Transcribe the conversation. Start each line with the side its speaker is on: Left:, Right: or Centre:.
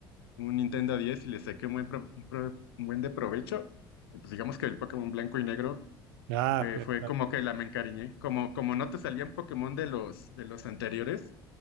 Left: un Nintendo 10 y le saqué un buen, pro- un pro- un buen de provecho. Y, pues digamos que el Pokémon blanco y negro
Right: Ah,
Left: Fue,
Right: ya
Left: fue
Right: está.
Left: como que la me encariñé. Como, como no te salían Pokémon de los, de los anteriores,